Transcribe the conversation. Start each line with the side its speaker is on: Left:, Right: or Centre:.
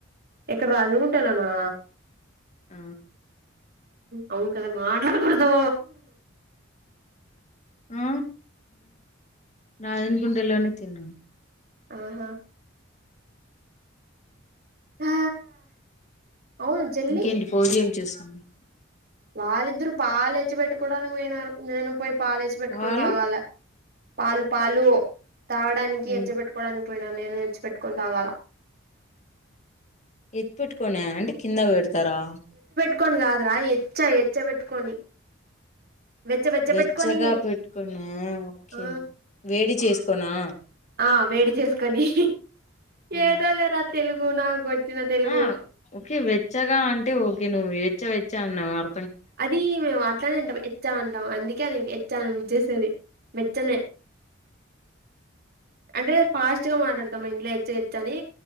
Right: ఇక్కడ రాజగుంటలానా
Left: ఆ
Right: అవును కదా మాట్లాడకూడదు
Left: ఆ నాదనుకుంట అలానె తిన్నాను
Right: ఆహా ఆ అవును చెల్లి
Left: ఇంకేంటి ఫోజి ఏం చేస్తుంది
Right: వారిద్దరు పాలెచ్చపెట్టుకోవడానికి పోయినారు నేను పోయి పాలేచ్చపెట్టుకొని
Left: పాలు
Right: తాగాల పాలు పాలు తాగడానికి ఎచ్చ
Left: ఉమ్
Right: పెట్టుకోవడానికి పోయినా నేను ఎచ్చపెట్టుకొని తాగాల
Left: ఎత్తు పెట్టుకొనా అంటే కింద పెడతారా
Right: ఎత్తుకొని గాదురా ఎచ్చ ఎచ్చ పెట్టుకొని వెచ్చ వెచ్చ
Left: వెచ్చగా
Right: పెట్టుకొని
Left: పెట్టుకొనా ఓకే
Right: ఆ
Left: వేడి చేసుకోనా
Right: ఆ వేడి చేసుకొని
Left: హ్మ్
Right: ఏదో లేరా తెలుగు నాకొచ్చిన తెలుగు
Left: ఆ ఓకే వెచ్చగా అంటే ఓకే నువ్వు వెచ్చ వెచ్చ అన్నావుగా
Right: అది మేము అట్లానేంటాం ఎచ్చా అంటాం అందు ఎచ్చాను చేసేది వెెచ్చనే అంటే ఫాస్ట్ గా మాట్లాడతాం ఇంట్లో ఎచ్చఎచ్చని